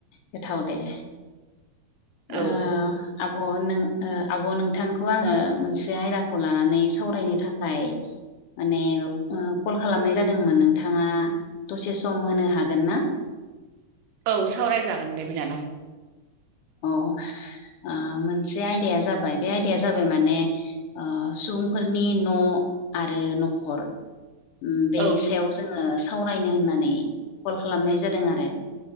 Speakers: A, on the left (about 80°); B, on the right (about 85°).
A: गोथाव दे।
B: औ
A: ओ आब' नों ओ आब' नोंथांखौ आङो मोनसे आयदाखौ लानानै सावरायनो थाखाय माने उम कल खालामनाय जादोंमोन नोंथाङा दसे सम होनो हागोन ना
B: औ सावरायजागोन दे बिनानाव।
A: अ ओ मोनसे आयदाया जाबाय बे आयदाया जाबाय माने ओ सुबुंफोरनि न' आरो नखर बेनि
B: औ
A: सायाव जोङो सावरायनो होननानै कल खालामनाय जादों आरो।